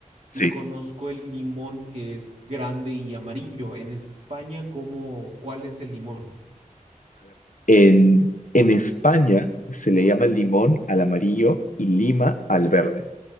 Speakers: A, on the left; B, on the right.
A: Sí.
B: y conozco el limón que es grande y amarillo. En España, ¿cómo, cuál es el limón?
A: En, en España se le llama el limón al amarillo y lima al verde.